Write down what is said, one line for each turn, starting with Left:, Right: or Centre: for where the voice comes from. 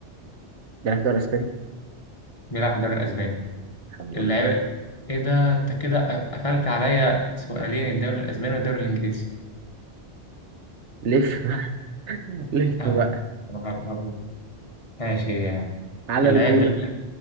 Right: بيلعب في الدوري الاسباني
Left: بيلعب في الدوري الاسباني
Right: الحمد
Left: اللعيب
Right: لله
Left: ايه ده انت كده قفلت عليا سؤالين الدوري الاسباني والدوري الانجليزي
Right: لف <laughs> بقى لف
Left: اه
Right: بقى
Left: يا نهار أبيض. ماشي
Right: على
Left: اللعيب
Right: رجولك
Left: ده بي-